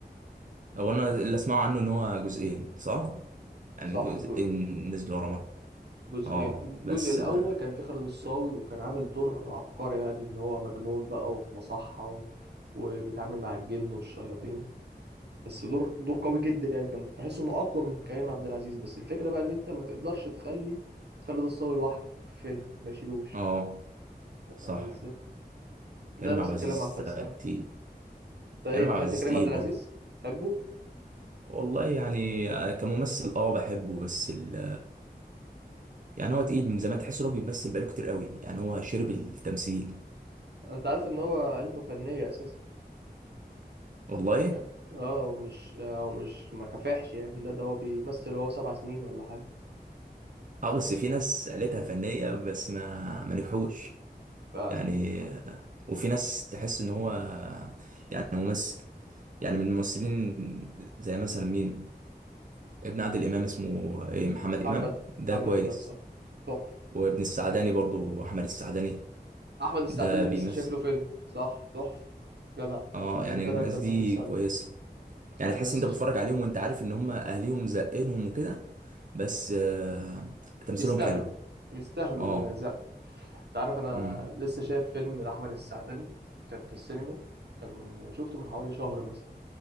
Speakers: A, on the right; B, on the right.
A: هو انا اللي اسمعه عنه ان هو جزئين صح يعني
B: صح
A: جزئين نزلوا ورا بعض
B: جزئين
A: اه بس
B: الجزء الأول
A: ما
B: كان في خالد الصاوي وكان عامل دور عبقري يعني إن هو مجنون بقى وفي مصحة و... وبيتعامل مع الجن والشياطين بس دور دور قوي جدا يعني كان تحس إنه أقوى من كريم عبد العزيز بس الفكرة بقى إن أنت ما تقدرش تخلي خالد الصاوي لوحده في فيلم ما يشيلوش
A: اه
B: أنت
A: صح
B: فاهمني إزاي؟ ده
A: كريم
B: نفس
A: عبد العزيز
B: الكلام مع فزاع
A: تقيل
B: أنت
A: كريم
B: إيه بتحب
A: عبد العزيز
B: كريم
A: تقيل
B: عبد العزيز؟
A: برضه
B: تحبه؟
A: والله يعني آه، كممثل اه بحبه بس ال... يعني هو تقيل من زمان تحس إن هو بيمثل بقاله كتير قوي يعني هو
B: <laughs>
A: شرب التمثيل
B: أنت عارف إن هو عيلته فنية أساسا
A: والله
B: يعني آه هو مش هو مش ما كفاحش يعني لا ده هو بيمثل وهو سبع سنين ولا حاجة
A: اه بس في ناس قالتها فنية بس ما ما نجحوش
B: فعلا
A: يعني
B: فعلا.
A: وفي ناس تحس ان هو يعني ممثل يعني من الممثلين زي مثلا مين ابن عادل امام اسمه ايه محمد
B: محمد
A: امام ده
B: محمد
A: كويس
B: إمام صح تحفة
A: وابن السعداني برضو احمد السعداني
B: أحمد السعداني
A: ده بيمثل
B: لسه شايف له فيلم صح تحفة جدع
A: اه
B: جدع
A: يعني الناس
B: أنت قلت
A: دي
B: أحمد السعداني
A: كويسة يعني
B: أنا
A: تحس
B: لسه
A: انت بتتفرج
B: شايف
A: عليهم وانت عارف ان هم اهليهم زقينهم وكده بس آه تمثيلهم
B: يستاهلوا
A: حلو
B: يستاهلوا
A: اه
B: الزق أنت عارف أنا
A: امم
B: لسه شايف فيلم لأحمد السعداني كان في السينما كان من شفته من حوالي شهر مثلا